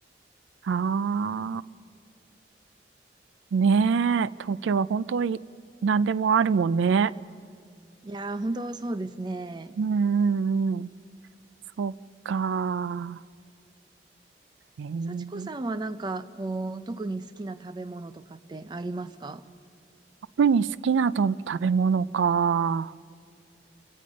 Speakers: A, on the right; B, on the right.
A: あー。ねえ、東京は本当に何でもあるもんね。
B: いやー、本当そうですね。
A: うんうんうん。そっか。えー、
B: 幸子さんはなんか、こう、特に好きな食べ物とかってありますか
A: 特に好きなと食べ物か。